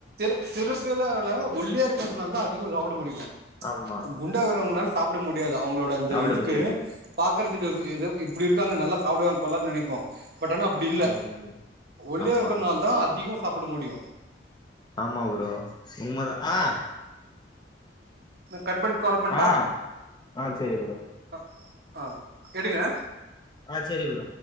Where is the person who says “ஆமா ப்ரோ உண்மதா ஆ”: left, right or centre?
Left